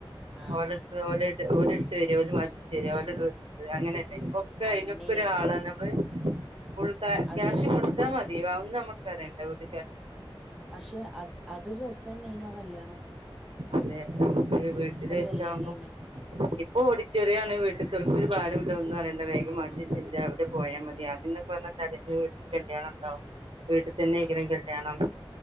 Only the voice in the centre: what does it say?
ആഹ്
അങ്ങനെയനല്ലോ
അത്
പക്ഷെ അത് അതൊരു രസം തന്നെ ഇയിനു കല്ല്യാണം
കല്യാണേനി
ആഹ്